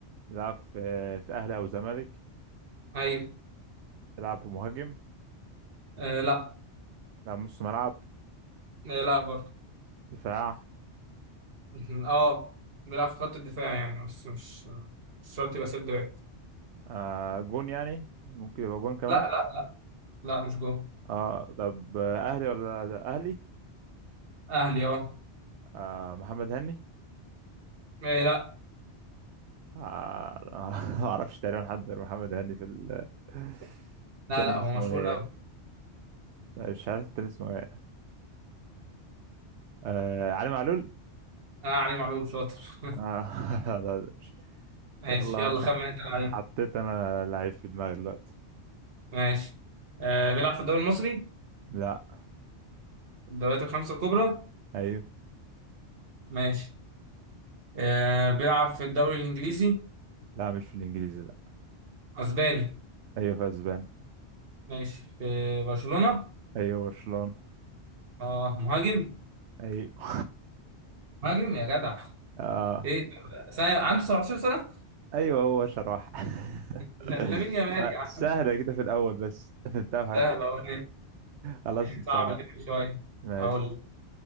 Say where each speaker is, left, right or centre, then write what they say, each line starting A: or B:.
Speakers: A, on the right; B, on the right.
A: بيلعب في في أهلي أو زمالك
B: ايوه
A: بيلعب مهاجم
B: آه لا
A: بيلعب نص ملعب
B: آه لا برضه
A: دفاع
B: <laughs> اه بيلعب في خط الدفاع يعني بس مش مش شرط يبقى سيلد باك
A: آه جون يعني ممكن يبقى جون كمان
B: لا لا لا مش جوه
A: اه طب آه، أهلي ولا أهلي
B: اهلي اه
A: آه محمد هني
B: إيه لا
A: آه <laughs> ما أعرفش تقريبا حد غير محمد هني في ال... <laughs>
B: لا
A: تاني
B: لا هو
A: اسمه
B: مشهور
A: ايه
B: قوي
A: مش عارف التاني اسمه ايه آه علي معلول
B: اه علي معلول شاطر <laughs>
A: آه <laughs> لا، مش-
B: ماشي
A: يلا
B: يلا
A: ماشي
B: خمن انت لعيب
A: حطيت انا لعيب في دماغي دلوقتي
B: ماشي آه بيلعب في الدوري المصري
A: لا
B: الدوريات الخمسة الكبرى
A: ايوه
B: ماشي آه بيلعب في الدوري الانجليزي
A: لا مش في الانجليزي لا
B: اسباني
A: ايوه في اسبانيا
B: ماشي في برشلونة
A: ايوه برشلونة
B: اه مهاجم
A: ايوه
B: مهاجم يا جدع
A: <laughs> اه
B: ايه سنة عنده 17 سنة <laughs>
A: ايوه هو شراح <laughs>
B: لا- لامين يامال
A: آه،
B: يا عم
A: سهلة كده في الاول بس <laughs> نبدأ بحاجات
B: سهل اهو
A: خلاص
B: يعني
A: انت
B: صعب
A: لا
B: الاسم شوية
A: ماشي
B: هقول لك.